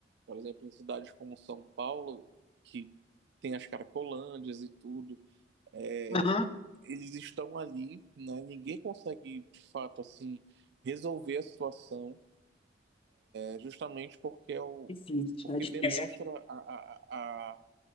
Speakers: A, on the right; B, on the left.
A: por exemplo, em cidades como São Paulo, que tem as caracolândias e tudo, é,
B: Aham.
A: eles estão ali, né? Ninguém consegue, de fato, assim, resolver a situação, é, justamente porque é o,
B: Difícil,
A: porque
B: é difícil.
A: demonstra a, a, a,